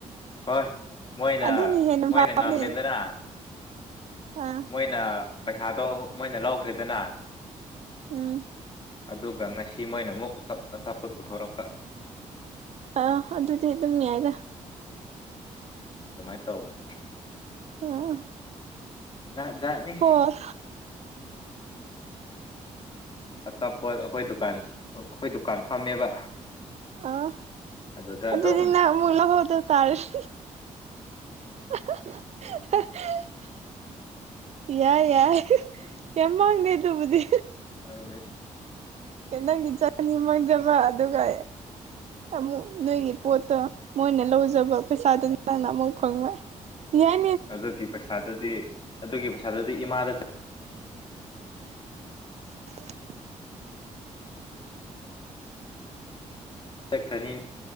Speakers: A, on the left; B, on the right.
A: ꯍꯣꯏ ꯃꯣꯏꯅ
B: ꯑꯗꯨꯅ ꯍꯦꯟꯅ
A: ꯃꯣꯏꯅ
B: ꯐꯕꯅꯦ
A: ꯉꯝꯃꯦꯗꯅ
B: ꯑꯥ
A: ꯃꯣꯏꯅ ꯄꯩꯁꯥꯗꯣ ꯃꯣꯏꯅ ꯂꯧꯈ꯭ꯔꯦꯗꯅ
B: ꯎꯝ
A: ꯑꯗꯨꯒ ꯉꯁꯤ ꯃꯣꯏꯅ ꯑꯃꯨꯛ ꯑꯆꯥꯄꯣꯠ ꯄꯨꯊꯣꯔꯛꯄ
B: ꯑ ꯑꯗꯨꯗꯤ ꯑꯗꯨꯝ ꯌꯥꯏꯗ
A: ꯑꯗꯨꯃꯥꯏꯅ ꯇꯧꯕꯅꯤ
B: ꯑꯥ
A: ꯖꯥꯠ ꯖꯥꯠꯅꯤ
B: ꯍꯣꯢ
A: ꯑꯆꯥꯄꯣꯠ ꯑꯩꯈꯣꯏ ꯗꯨꯀꯥꯟ ꯑꯩꯈꯣꯏ ꯗꯨꯀꯥꯟ ꯐꯝꯃꯦꯕ
B: ꯑꯥ
A: ꯑꯗꯨꯗ
B: ꯑꯗꯨꯗꯤꯅ
A: ꯑꯗꯨꯝ
B: ꯅꯪ ꯑꯃꯨꯛ ꯂꯧꯍꯧꯗ ꯇꯔꯦꯅꯦ <inaudible> ꯌꯥꯏ ꯌꯥꯏ ꯌꯥꯝ ꯃꯥꯡꯗꯦ ꯑꯗꯨꯕꯨꯗꯤ
A: ꯑꯗꯨꯅꯦ
B: ꯀꯪꯒꯤ ꯆꯥꯅꯤ ꯃꯥꯡꯖꯕ ꯑꯗꯨꯒ ꯑꯃꯨꯛ ꯅꯣꯏꯒꯤ ꯄꯣꯠꯇꯣ ꯃꯣꯏꯅ ꯂꯧꯖꯕ ꯄꯩꯁꯥꯗꯨ ꯅꯪꯅ ꯑꯃꯨꯛ ꯐꯪꯕ ꯌꯥꯢ
A: ꯑꯗꯨꯒꯤ ꯄꯩꯁꯥꯗꯨꯗꯤ ꯑꯗꯨꯒꯤ ꯄꯩꯁꯥꯗꯨꯗꯤ ꯏꯃꯥꯗ
B: <unintelligible>
A: ꯆꯠꯈ꯭ꯔꯅꯤ